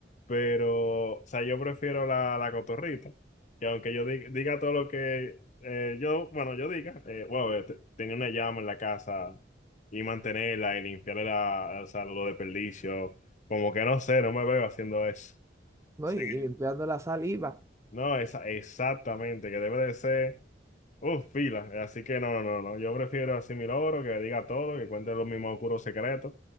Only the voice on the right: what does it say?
¿no?
Y, y limpiando la saliva.